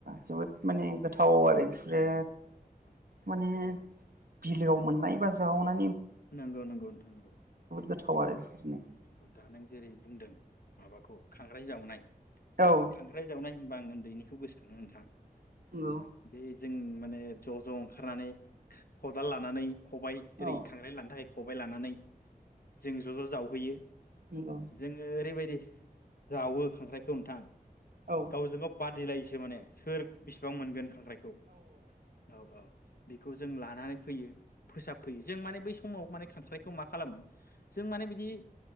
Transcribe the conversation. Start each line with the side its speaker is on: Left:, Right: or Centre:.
Right: जोबोद माने
Left: नंगौ
Right: गोथाव आरो बेफोरो
Left: औ औ औ औ
Right: माने बिलोआव मोननाय बा जावना
Left: नंगौ नंगौ नोंथां नंगौ
Right: गोथाव आरो बेफोरनो
Left: नंगौ दा नों जेरै बुंदों माबाखौ खांख्राइ जावनाय
Right: औ
Left: खांख्राय जावनाय बा आ उन्दैनिखौ गोसोखाङो नोंथां
Right: <unintelligible>
Left: बे जों माने ज ज ओंखारनानै खदाल लानानै खबाइ ओरै
Right: औ
Left: खान्थाइ खबाय लानानै जों ज ज जावहैयो
Right: नंगौ
Left: जोङो ओरै बायदि जावो खांख्राइखौ नोंथां
Right: औ
Left: गावजों गाव बादिलायोसो माने सोर बिसिबां मोनगोन खांख्रायखौ औ औ बिखौ जों लानानै फैयो फोसाबफैयो जों माने बै समाव माने खांख्राइखौ मा खालामो जों माने बिदि